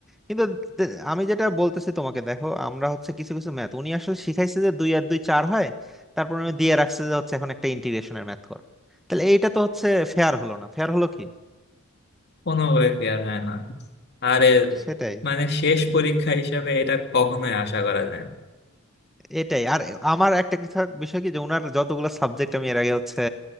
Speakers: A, in the centre; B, on the left.
A: কিন্তু দে- আমি যেটা বলতেছি তোমাকে দেখো আমরা হচ্ছে কিছু কিছু ম্যাথ উনি আসলে শিখাইছে যে দুই আর দুই চার হয় তারপর উনি দিয়ে রাখছে যে হচ্ছে এখন একটা ইন্টিগ্রেশনের ম্যাথ করো তাহলে এইটা তো হচ্ছে ফেয়ার হলো না ফেয়ার হলো কি
B: কোনোভাবে ফেয়ার হয় না আরে
A: সেটাই
B: মানে শেষ পরীক্ষা হিসেবে এটা কখনোই আশা করা যায় না
A: এটাই আর আমার একটা কিছু বিষয় কি যে ওনার যতগুলো সাবজেক্ট আমি এর আগে হচ্ছে